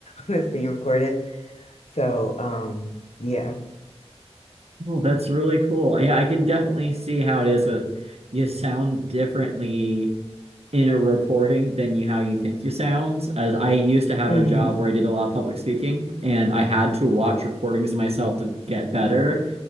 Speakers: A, on the left (about 75°); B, on the right (about 65°).
A: when it's being recorded. So, um, yeah.
B: Oh, that's really cool. Yeah, I can definitely see how it is with you sound differently in a recording than you how you think you sound. As I used to have
A: hmm
B: a job where I did a lot of public speaking and I had to watch recordings of myself to get better.